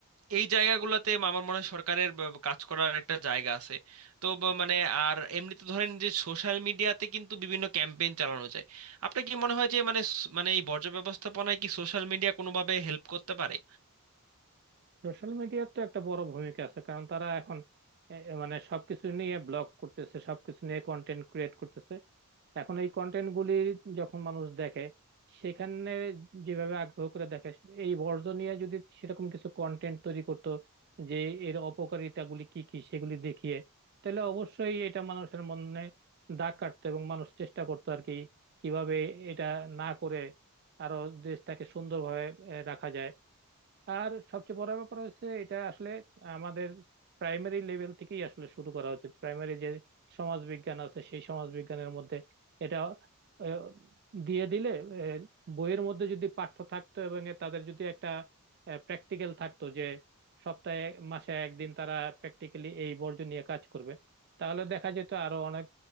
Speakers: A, on the right (about 75°); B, on the right (about 45°).
A: এই জায়গাগুলোতে আমার মনে হয় সরকারের ব- কাজ করার একটা জায়গা আছে তো ব- মানে আর এমনিতে ধরেন যে সোশ্যাল মিডিয়াতে কিন্তু বিভিন্ন ক্যাম্পেইন চালানো যায় আপনার কি মনে হয় যে মানে স- মানে এই বর্জ্য ব্যবস্থাপনায় কি সোশ্যাল মিডিয়া কোনোভাবে হেল্প করতে পারে
B: সোশ্যাল মিডিয়ার তো একটা বড় ভূমিকা আছে কারণ তারা এখন এ- এ মানে সবকিছু নিয়ে ব্লগ করতেছে সবকিছু নিয়ে কন্টেন্ট ক্রিয়েট করতেছে এখন এই কন্টেন্ট গুলি যখন মানুষ দেখে সেখানে যেভাবে আগ্রহ করে দেখে এই বর্জন নিয়ে যদি সেরকম কিছু কন্টেন্ট তৈরি করতো যে এর অপকারিতা গুলি কি কি সেগুলি দেখিয়ে তাহলে অবশ্যই এটা মানুষের মনে দাগ কাটতো এবং মানুষ চেষ্টা করতো আর কি কিভাবে এটা না করে আরো দেশটাকে সুন্দরভাবে আহ, রাখা যায় আর সবচেয়ে বড় ব্যাপার হচ্ছে এটা আসলে আমাদের প্রাইমারি লেভেল থেকেই আসলে শুরু করা উচিত প্রাইমারি যে সমাজ বিজ্ঞান আছে সেই সমাজ বিজ্ঞানের মধ্যে এটা আহ, দিয়ে দিলে আহ, বইয়ের মধ্যে যদি পাঠ্য থাকতো এবং এ তাদের যদি একটা প্র্যাকটিক্যাল থাকতো যে সপ্তাহে মাসে একদিন তারা প্র্যাকটিক্যালি এই বর্জ্য নিয়ে কাজ করবে তাহলে দেখা যেত আরো অনেক